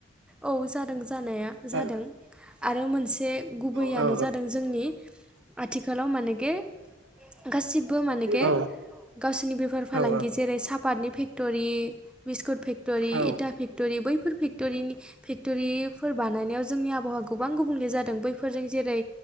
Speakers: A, in the centre; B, on the right.
A: औ जादों जानाया
B: औ
A: जादों आरो मोनसे गुबैयानो
B: औ औ
A: जादों जोंनि आथिखालाव मानगे। गासिबो माने गे
B: औ
A: गावसोरनि बेफार फालांगि
B: औ
A: जेरै सापातनि। फेक्ट'रि बिस्कुट फेक्ट'रि
B: औ
A: इटा फेक्ट'रि बैफोर फेक्टरिनि फेक्ट'रिफोर बानायनायाव जोंनि आबहावा गोबां गुबुंले जादों बैफोरजों जेरै